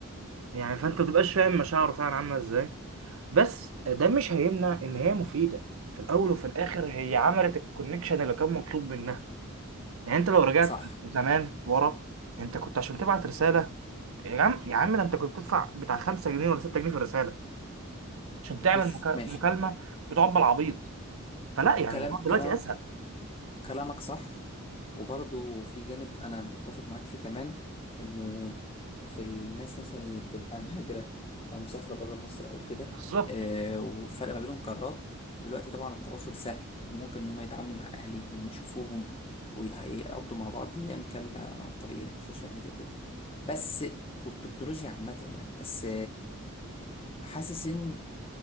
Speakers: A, on the right; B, on the left.
A: يعني فانت ما بتبقاش فاهم مشاعره فعلا عامله ازاي بس ده مش هيمنع ان هي مفيده في الاول وفي الاخر هي عملت الكونكشن اللي كان مطلوب منها يعني انت لو رجعت
B: صح
A: زمان ورا انت كنت عشان تبعت رساله يا عم يا عم ده انت كنت بتدفع بتاع 5 جنيه ولا 6 جنيه في الرساله عشان تعمل
B: بص
A: مكا-
B: ماشي
A: مكالمه بتقعد بالعبيط فلا يعني
B: كلام
A: الموضوع
B: كلام
A: دلوقتي اسهل
B: كلامك صح وبرضه في جانب انا متفق معاك فيه كمان انه في الناس مثلا اللي بتبقى مهاجرة او مسافرة بره مصر او كده
A: بالظبط
B: آه وفرق ما بينهم قارات دلوقتي طبعا التواصل سهل وممكن ان هم يتعاملوا مع اهاليهم ويشوفوهم ويقضوا مع بعض ايام كاملة عن طريق السوشيال ميديا وكده بس والتكنولوجيا عامة يعني بس حاسس ان